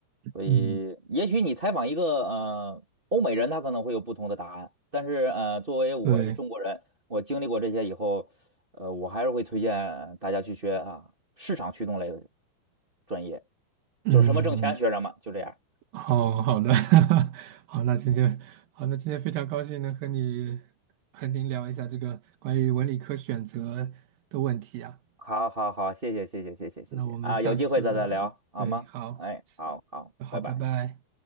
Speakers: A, on the right; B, on the right.
A: 所以也许你采访一个呃欧美人，
B: 嗯，
A: 他可能会有不同的答案，但是呃，作为我是中国人，
B: 对，
A: 我经历过这些以后，呃，我还是会推荐大家去学啊市场驱动类的专业，
B: 嗯。
A: 就是什么挣钱学什么，就这样。
B: 好好的，<laughs> 好，那今天好，那今天非常高兴能和你和您聊一下这个关于文理科选择的问题啊。
A: 好好好，谢谢谢谢谢谢谢谢啊，
B: 那我们下次，
A: 有机会再再聊好吗？
B: 对，好，
A: 哎，好好，
B: 好，
A: 拜拜。
B: 拜拜。